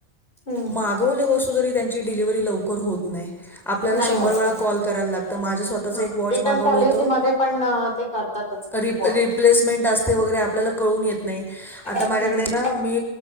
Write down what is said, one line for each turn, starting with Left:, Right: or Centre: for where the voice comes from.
Left: हम्म
Centre: मा गवली वस्तु तरी त्यांची डिलिव्हरी लवकर होत नाही आपल्याला
Left: नाही
Centre: शंभर
Left: होत
Centre: वेळा
Left: नाही.
Centre: कॉल करायला लागतं माझं स्व तःच
Left: ह
Centre: एक वाॅच
Left: रिटर्न
Centre: मागवलं
Left: पॉलिसी
Centre: होतं,
Left: मध्ये पण अ, ते करतातच
Centre: री
Left: फॉर्म.
Centre: री प्लेसमेंट अस ते वगैरे आपल्याला कळून येत नाही आता माझ्याकडे
Left: हम्म
Centre: ना मी